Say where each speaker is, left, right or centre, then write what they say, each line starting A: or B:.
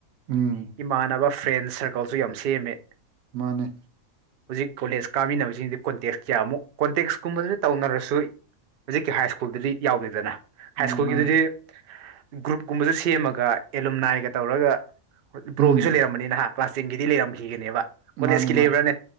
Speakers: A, on the right (about 80°); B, on the right (about 60°).
A: ꯎꯝ
B: ꯏꯃꯥꯟꯅꯕ ꯐ꯭ꯔꯦꯟ ꯁꯔꯀꯜꯁꯨ ꯌꯥꯝ ꯁꯦꯝꯃꯦ
A: ꯃꯥꯅꯦ
B: ꯍꯧꯖꯤꯛ ꯀꯣꯂꯦꯖ ꯀꯥꯃꯤꯟꯅꯕꯁꯤꯡꯁꯤ ꯀꯣꯟꯇꯦꯛꯁ ꯀꯌꯥꯃꯨꯛ ꯀꯣꯟꯇꯦꯛꯁ ꯀꯨꯝꯕꯗꯨꯗ ꯇꯧꯅꯔꯁꯨ ꯍꯧꯖꯤꯛꯀꯤ ꯍꯥꯏ ꯁ꯭ꯀꯨꯜꯗꯗꯤ ꯌꯥꯎꯗꯦꯗꯅ ꯍꯥꯏ
A: ꯎꯝ
B: ꯁ꯭ꯀꯨꯜꯒꯤꯗꯨꯗꯤ
A: ꯃꯥ
B: ꯒ꯭ꯔꯨꯞꯀꯨꯝꯕꯁꯨ ꯁꯦꯝꯃꯒ ꯑꯦꯂꯨꯝꯅꯥꯏꯒ ꯇꯧꯔꯒ ꯄ꯭ꯔꯣꯒꯤꯁꯨ
A: ꯎꯝ
B: ꯂꯩꯔꯝꯕꯅꯤ ꯅꯍꯥ ꯀ꯭ꯂꯥꯁ ꯇꯦꯟꯒꯤꯗꯤ ꯂꯩꯔꯝꯈꯤꯒꯅꯦꯕ ꯀꯣꯂꯦꯖꯀꯤ
A: ꯃꯥꯅꯦ
B: ꯂꯩꯕ꯭ꯔꯥꯅꯦ
A: ꯃꯥꯅꯦ